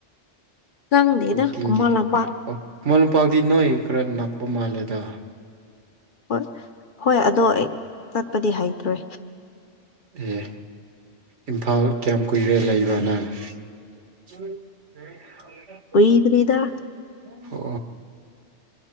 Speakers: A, on the left (about 50°); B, on the right (about 75°).
A: ꯆꯡꯗꯦꯗ
B: ꯋꯥꯛꯀꯤꯡꯒꯤ
A: ꯀꯨꯃꯟ ꯂꯝꯄꯥꯛ
B: ꯑꯣ <unintelligible> ꯅꯣꯏ ꯈꯔ ꯅꯛꯄ ꯃꯥꯜꯂꯦꯗ
A: ꯍꯣꯏ ꯍꯣꯏ ꯑꯗꯣ ꯑꯩ ꯆꯠꯄꯗꯤ ꯍꯩꯇ꯭ꯔꯦ
B: ꯑꯦ ꯏꯝꯐꯥꯜ ꯀꯌꯥꯝ ꯀꯨꯏꯔꯦ ꯂꯩꯕꯅꯪ <unintelligible>
A: ꯀꯨꯏꯗꯔꯤꯗ
B: ꯑꯣ